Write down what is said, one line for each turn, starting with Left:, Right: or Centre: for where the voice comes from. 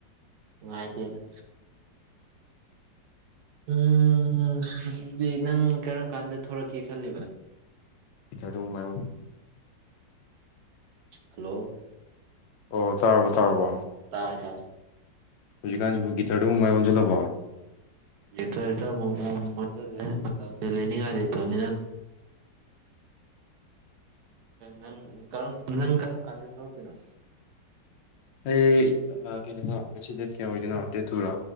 Right: ꯉꯥꯏꯗ ꯎꯝ ꯍꯧꯖꯤꯗꯤ ꯅꯪ ꯀꯔꯝ ꯀꯥꯟꯗ ꯊꯣꯔꯛꯀꯦ ꯈꯜꯂꯤꯕ
Left: ꯄꯤꯊꯥꯗꯨ ꯃꯥꯏꯌꯣꯟ
Right: ꯍꯜꯂꯣ
Left: ꯑꯣ ꯇꯥꯔꯕꯣ ꯇꯥꯔꯕꯣ
Right: ꯇꯥꯏꯦ ꯇꯥꯏꯦ
Left: ꯍꯧꯖꯤꯛꯥꯟꯁꯤꯕꯨ ꯒꯤꯇꯔꯗꯨꯕꯨ ꯃꯥꯏ ꯑꯣꯟꯁꯤꯜꯂꯛꯣ
Right: ꯏꯇ ꯃꯖ ꯂꯩꯅꯤꯉꯂꯦꯅꯤꯅ ꯅꯪ ꯀꯔꯝ ꯅꯪ ꯀꯔꯝ ꯀꯥꯟꯗ ꯊꯣꯛꯂꯛꯇꯣꯏꯅꯣ
Left: ꯑꯩ ꯀꯩꯅꯣꯗ ꯉꯁꯤ ꯗꯦꯠ ꯀꯌꯥ ꯑꯣꯏꯗꯣꯏꯅꯣ ꯗꯦꯠ ꯇꯨꯗ